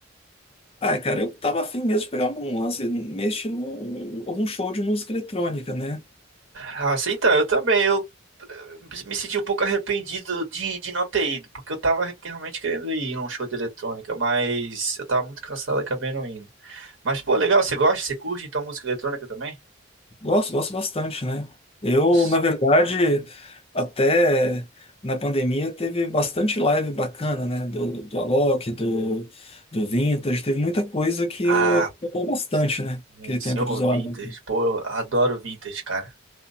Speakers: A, on the left (about 30°); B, on the right (about 75°).
A: Ah, cara, eu tava afim mesmo de pegar um lance, mexer num algum show de música eletrônica, né?
B: Ah, sim, então, eu também, eu eh, me senti um pouco arrependido de, de não ter ido, porque eu tava re- realmente querendo ir num show de eletrônica, mas eu tava muito cansado e acabei não indo. Mas, pô, legal, você gosta, você curte, então, música eletrônica também?
A: Gosto, gosto bastante, né? Eu,
B: Nossa.
A: na verdade, até na pandemia teve bastante live bacana, né? Do, do Alok, do, do Vintage, teve muita coisa que
B: Ah,
A: eu
B: pô,
A: acompanhei bastante, né?
B: sim,
A: Aquele
B: senhor
A: tempo de isolamento.
B: Vintage, pô, eu adoro Vintage, cara.